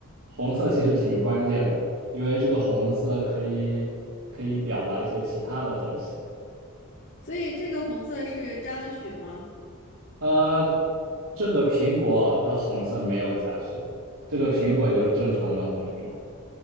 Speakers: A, on the right; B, on the left.
A: 红色其实挺关键的，因为这个红色可以可以表达一些其他的东西，
B: 所以这个红色是沾了血吗？
A: 呃，这个苹果的红色没有加血，这个苹果就是正常的红苹果。